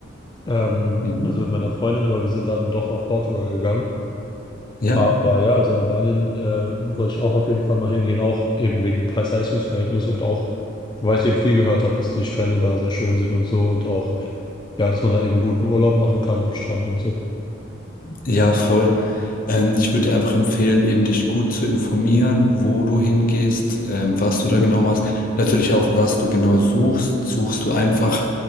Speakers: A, on the left; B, on the left.
A: Ähm,
B: Mhm.
A: also mit meiner Freundin, aber wir sind dann doch nach Portugal gegangen.
B: Ja,
A: Aber ja, also Albanien äh, wollte ich auch auf jeden Fall mal hingehen, auch eben wegen dem Preis-Leistungs-Verhältnis und auch, weil ich eben viel gehört habe, dass die Strände da sehr schön sind und so und auch, ja, dass man da eben guten Urlaub machen kann am Strand und so.
B: Ja, voll. Ähm, ich würde dir einfach empfehlen, eben dich gut zu informieren, wo du hingehst, ähm, was du da
A: Hm?
B: genau machst. Natürlich auch, was du genau suchst. Suchst du einfach